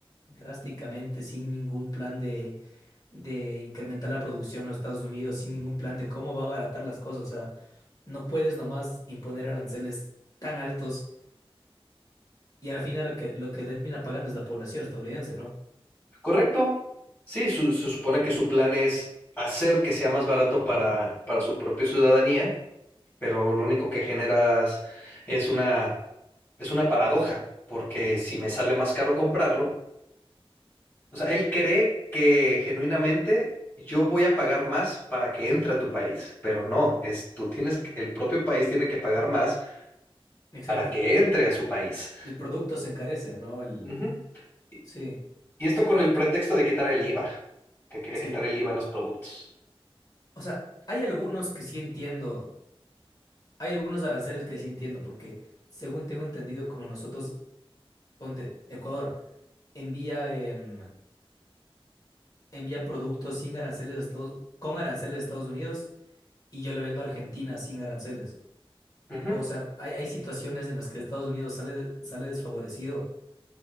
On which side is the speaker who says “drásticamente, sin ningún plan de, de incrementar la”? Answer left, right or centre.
Left